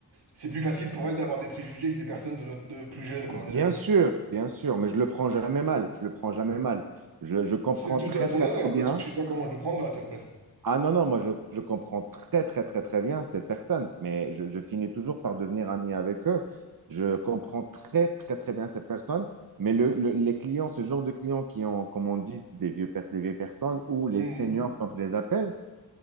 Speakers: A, on the right; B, on the right.
A: C'est plus facile pour elles d'avoir des préjugés que des personnes de, notre- de plus jeunes, quoi,
B: Bien
A: on est d'accord.
B: sûr, bien sûr, mais je le prends jamais mal. Je le prends jamais mal. Je, je comprends
A: C'est tout
B: très,
A: à ton
B: très,
A: honneur,
B: très bien.
A: parce que je sais pas comment je le prendrais à ta place.
B: Ah non, non, moi je, je comprends très, très, très, très bien ces personnes, mais je, je finis toujours par devenir ami avec eux. Je comprends très, très, très bien ces personnes, mais le, le- les clients, ce genre de clients qui ont, comme on dit, des vieux, pers- des vieilles personnes ou les
A: Mhm.
B: seniors, comme je les appelle,